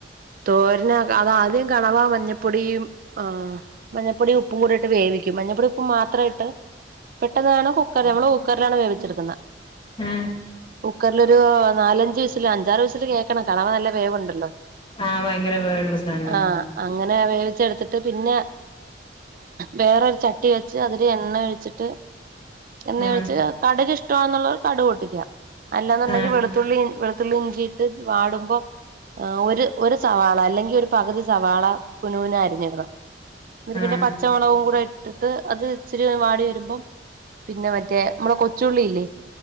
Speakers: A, on the right; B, on the left.
A: തോരൻ ആകെ അത് ആദ്യം കണവാ മഞ്ഞപ്പൊടിയും ആഹ്. മഞ്ഞൾപ്പൊടി ഉപ്പും കൂടിയിട്ട് വേവിക്കും മഞ്ഞൾപ്പൊടി ഉപ്പും മാത്രമായിട്ട്. പെട്ടെന്ന് ആണോ കുക്കർ നമ്മള് കുക്കറിലാണ് വേവിച്ചെടുക്കുന്നെ
B: ഉം
A: കുക്കറിലൊരു നാലഞ്ചു വിസില് അഞ്ചാറു വിസില് കേക്കണം. കണവ നല്ല വേവുണ്ടല്ലോ.
B: ആഹ് ഭയങ്കര വേവുള്ള സാധനാണ്.
A: ആഹ് അങ്ങനെ വേവിച്ചെടുത്തിട്ട് പിന്നെ. വേറൊരു ചട്ടി വെച്ച് അതില് എണ്ണ ഒഴിച്ചിട്ട്. എണ്ണ
B: ആഹ്
A: ഒഴിച്ച് കടക് ഇഷ്ടമാണെന്നുള്ളവർ കടുക് പൊട്ടിക്കാ അല്ലാന്നുണ്ടെങ്കിൽ
B: ആഹ്
A: വെളു ളുത്തുള്ളി വെളുത്തുള്ളി ഇഞ്ചിയിട്ട് വാടുമ്പോ ഒരു ഒരു സവാള അല്ലെങ്കിൽ ഒരു പകുതി സവാള കുനുകുനാ അരിഞ്ഞിടണം എന്നിട്ട്
B: ആഹ്
A: പിന്നെ പ ച്ചമുളകും കൂടെ ഇട്ടിട്ട് അത് ഇച്ചിരി വാടി വരുമ്പം. പിന്നെ മറ്റേ നമ്മടെ കൊച്ചുള്ളില്ലേ